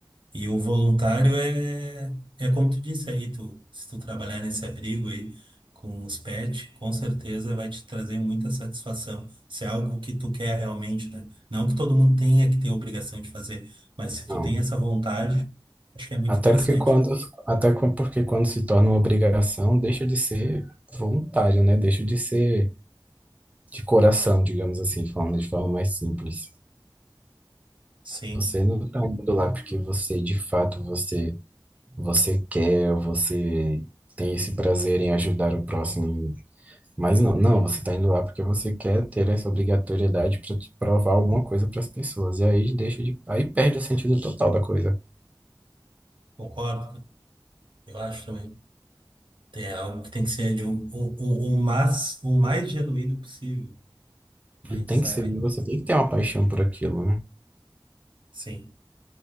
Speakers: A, on the right; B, on the right.
A: E o voluntário é, é como tu disse aí, tu, se tu trabalhar nesse abrigo aí com os pets, com certeza vai te trazer muita satisfação. Se é algo que tu quer realmente, né? Não que todo mundo tenha que ter obrigação de fazer, mas se tu
B: Não.
A: tem essa vontade, acho que é muito
B: Até
A: interessante.
B: porque quando, até quan- porque quando se torna uma obrigação, deixa de ser voluntário, né? Deixa de ser de coração, digamos assim, falando de forma mais simples.
A: Sim,
B: Você não está indo lá porque você, de fato, você você quer, você tem esse prazer em ajudar o próximo. Mas não, não, você está indo lá porque você quer ter essa obrigatoriedade para provar alguma coisa para as pessoas. E aí deixa de, aí perde o sentido total da coisa.
A: concordo. Eu acho também. É algo que tem que ser de um, o, o, o mais, o mais genuíno possível. Mas
B: E
A: a gente
B: tem
A: sabe,
B: que ser, você tem que ter uma paixão por aquilo, né?
A: sim.